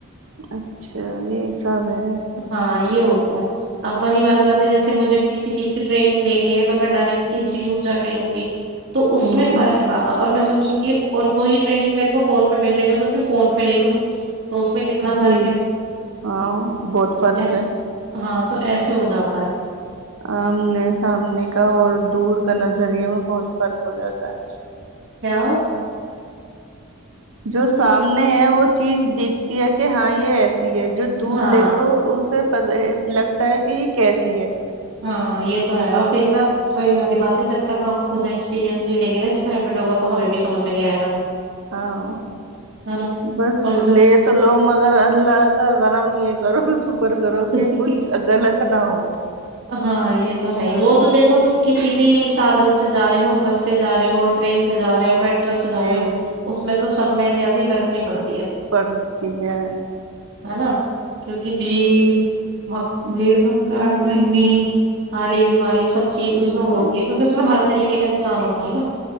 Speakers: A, on the right (about 80°); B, on the right (about 60°).
A: اچ <unintelligible> اچھا یہی سب ہے
B: ہاں یہ ہوتا ہے اب وہی والی بات ہے جیسے مجھے کسی چیز کی ٹرینگ لینی ہے تو میں ڈائریکٹ انسٹیٹیوٹ جا کے لوں گی <unintelligible> تو اس
A: ہوں
B: میں فرق ہے زیادہ اور میں سوچوں گی اور وہی ٹریننگ میرے کو فون پہ مل رہی ہے میں سوچوں فون پہ لے لوں <unintelligible> تو اس میں کتنا فرق
A: جی
B: ہے <unintelligible>
A: ہاں بہت فرق
B: ایسے
A: ہے
B: ہاں تو ایسے ہو جاتا ہے <unintelligible>
A: آمنے سامنے کا اور دور کا نظریے میں بہت فرق ہو جاتا ہے
B: کیا <unintelligible>
A: جو سامنے ہے وہ چیز دیکھتی ہے کہ ہاں یہ ایس ہے جو دور
B: ہاں
A: دیکھو اسے <unintelligible> لگتا ہے کہ یہ کیسی ہے <unintelligible>
B: ہاں یہ تو ہے اور پھر نا وہی والی بات ہے جب تک ہم خود ایکسپیرئنس نہیں لیں گے نا اس کا ریپیٹ ہوگا تو ہمیں بھی سمج میں نہیں آئے گا <unintelligible>
A: ہاں
B: ہے نا
A: بس
B: اور
A: لے تو لو مگر اللہ کا گرم یہ سر س کر کرو
B: جب
A: کہ کچھ غلط نہ ہو
B: ہاں یہ تو ہے
A: ہاں
B: ہی وہ تو دیکھو تم کسی بھی سادھن سے ج رہے ہو بس سے جا رہے ہو ٹرین سے جا رہے ہو مٹ ر سجاو
A: جی
B: اس میں تو سب میں احتیازی برتنی پڑتا
A: پڑھتی ہے
B: ہے نا کیونکہ بھی بھیڑ بھککڑ گرمی آالی بیماری سب چیز اس
A: بالکل
B: میں ہوتی ہے کیونکہ اس میں ہر طریقے کا انسان ہوتا ہے نا